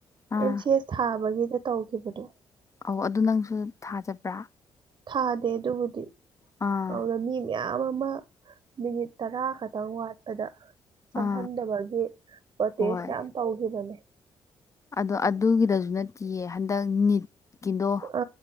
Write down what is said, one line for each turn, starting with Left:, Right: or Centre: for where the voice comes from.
Left: ꯑꯥ
Right: ꯑꯦꯝ ꯁꯤ ꯑꯦꯁ ꯊꯥꯕꯒꯤꯗ ꯇꯧꯈꯤꯕꯗꯣ
Left: ꯑꯧ ꯑꯗꯨ ꯅꯪꯁꯨ ꯊꯥ ꯆꯠꯄ꯭ꯔꯥ
Right: ꯊꯥꯗꯦ ꯑꯗꯨꯕꯨꯗꯤ
Left: ꯑꯥ
Right: ꯑꯗꯨꯗ ꯃꯤ ꯃꯌꯥꯝ ꯑꯃ ꯃꯤꯅꯤꯠ ꯇꯔꯥ ꯈꯛꯇꯪ ꯋꯥꯠꯄꯗ ꯆꯪꯍꯟꯗꯕꯒꯤ
Left: ꯑꯥ
Right: ꯄ꯭ꯔꯣꯇꯦꯁ
Left: ꯍꯣꯏ
Right: ꯌꯥꯝ ꯇꯧꯈꯤꯕꯅꯦ
Left: ꯑꯗꯣ ꯑꯗꯨꯒꯤꯗꯁꯨ ꯅꯠꯇꯤꯌꯦ ꯍꯟꯗꯛ ꯅꯤꯠ ꯀꯤꯟꯗꯣ
Right: ꯑ